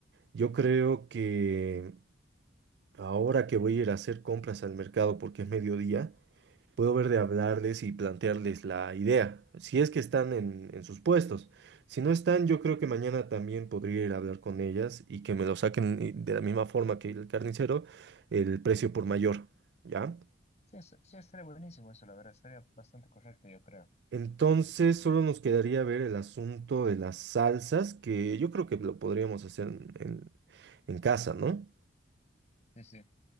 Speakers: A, on the right; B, on the left.
A: Yo creo que... Ahora que voy a ir a hacer compras al mercado porque es mediodía, puedo ver de hablarles y plantearles la idea, si es que están en, en sus puestos. Si no están, yo creo que mañana también podría ir a hablar con ellas y que me lo saquen eh, de la misma forma que el carnicero, el precio por mayor, ¿ya?
B: Sí, eso- sí, estaría buenísimo eso, la verdad, sería bastante correcto, yo creo.
A: Entonces solo nos quedaría ver el asunto de las salsas, que yo creo que lo podríamos hacer en, en en casa, ¿no?
B: Sí, sí.